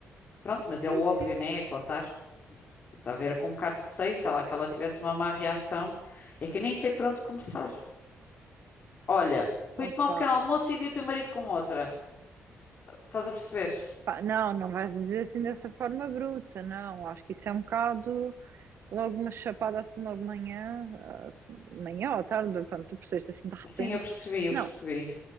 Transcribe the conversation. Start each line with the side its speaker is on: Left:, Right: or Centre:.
Left: Pronto, mas é
Right: Sim,
Left: o óbvio,
Right: sim.
Left: né? É contar. Pronto. Eu estava era com um bocado de receio, sei lá, que ela tivesse uma má reação. É que nem sei por onde começar. Olha, fui tomar
Right: Opa,
Left: um pequeno almoço e vi o teu marido com outra. Estás a perceber?
Right: pá, não, não vais dizer assim dessa forma bruta, não. Acho que isso é um bocado. logo uma chapada assim logo de manhã, ah, manhã ou à tarde, pronto, tu percebeste assim de repente.
Left: Sim, eu percebi, eu
Right: Não,
Left: percebi.